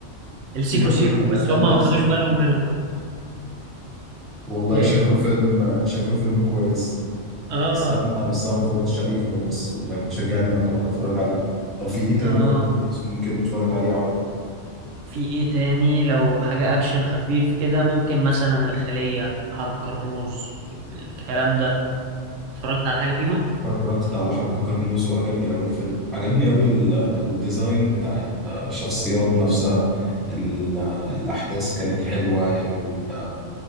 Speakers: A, on the right (about 80°); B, in the centre.
A: السيكو
B: جنب
A: سيكو
B: ال...
A: بس
B: جنب
A: هم ما
B: السي
A: خدوش
B: جي.
A: بالهم منهم
B: والله
A: ايه
B: شكله فيلم شكله فيلم كويس
A: اه
B: بس انا بس انا ما اتفرجتش عليه خالص والله بتشجعني ان انا اروح اتفرج عليه طب في ايه تاني
A: اه
B: برضو كويس ممكن نتفرج عليه عربي
A: في ايه تاني لو حاجة اكشن خفيف كده ممكن مثلا الخلية حرب كرموز الكلام ده اتفرجت على حاجة فيهم
B: اتفرجت على حرب كرموز وعجبني أوي الفيلم عجبني أوي ال- الديزاين بتاع ال- الشخصيات نفسها ال- الأحداث كانت حلوة ال-